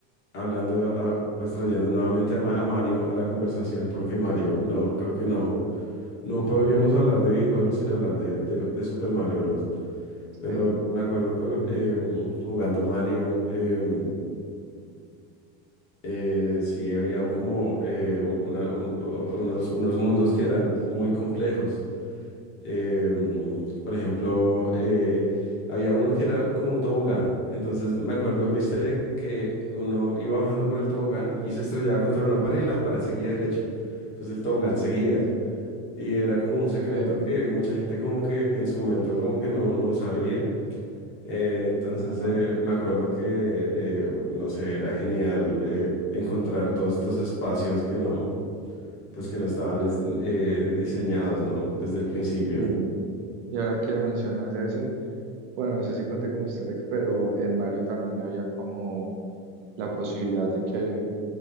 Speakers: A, on the left (about 40°); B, on the right (about 60°).
A: hablando, a- pues trayendo nuevamente a, Ma- a Mario a la conversación, porque Mario, no, creo que no. No podríamos hablar de videojuegos sin hablar de, de- de Super Mario Bros. Pero
B: Sí,
A: me acuerdo que em, jugando Mario, em, eh, sí había un como eh, una- un- o- o- unos, unos mundos que eran muy complejos. em, por ejemplo, eh, había uno que era como un tobogán. Entonces me acuerdo de un easter egg que uno iba bajando por el tobogán y se estrellaba contra una pared y la pared seguía derecho. Entonces el tobogán seguía. Y era como un secreto
B: ok.
A: que mucha gente como que en su momento como que no, no sabía. Eh, entonces
B: Ajá.
A: eh, me acuerdo que, eh, no sé, era genial eh, encontrar todos estos espacios que no, pues que no estaban es- eh, diseñados, ¿no? Desde el principio.
B: Sí. Y ahora que mencionas eso, bueno, no sé si cuente como easter egg, pero en Mario también había como la posibilidad de que